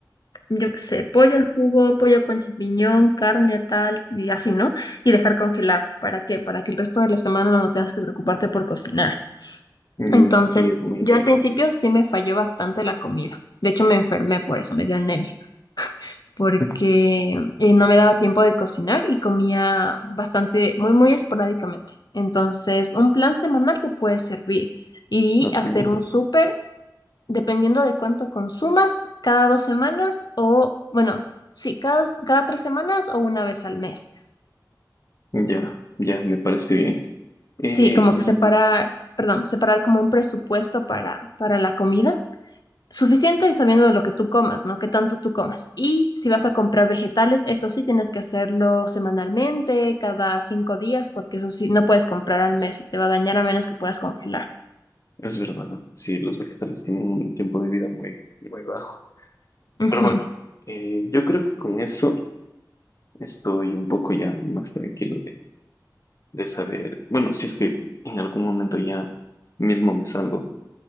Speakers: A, on the left (about 65°); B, on the left (about 45°).
A: yo qué sé, pollo al jugo, pollo con champiñón, carne tal, y así, ¿no? Y dejar congelado, ¿para qué? Para que el resto de la semana no tengas que preocuparte por cocinar.
B: Mm,
A: Entonces,
B: sí, es muy
A: yo
B: inteligente.
A: al principio sí me falló bastante la comida. De hecho, me enfermé por eso, me dio anemia porque
B: <laughs>
A: eh, no me daba tiempo de cocinar y comía bastante, muy, muy esporádicamente. Entonces, un plan semanal te puede servir y
B: Ok,
A: hacer un súper, dependiendo de cuánto consumas, cada dos semanas o, bueno, sí, cada, dos- cada tres semanas o una vez al mes.
B: ya, ya, me parece bien. Eh,
A: Sí, como
B: y
A: que separar, perdón, separar como un presupuesto para, para la comida Suficiente sabiendo de lo que tú comas, ¿no? ¿Qué tanto tú comas? Y si vas a comprar vegetales, eso sí tienes que hacerlo semanalmente, cada cinco días, porque eso sí, no puedes comprar al mes, se te va a dañar a menos que puedas congelar.
B: es verdad, sí, los vegetales tienen un tiempo de vida muy, muy bajo.
A: Ujú.
B: Pero bueno, eh, yo creo que con eso estoy un poco ya más tranquilo de saber, bueno, si es que en algún momento ya mismo me salgo,